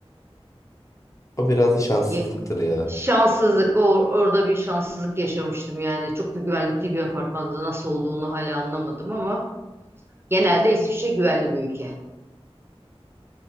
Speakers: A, on the left; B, on the right.
A: O biraz da şanssızlıktır
B: Ee,
A: ya.
B: Şanssızlık. O, orada bir şanssızlık yaşamıştım yani. Çok da güvenlikli bir apartmanda nasıl olduğunu hala anlamadım ama genelde İsviçre güvenli bir ülke.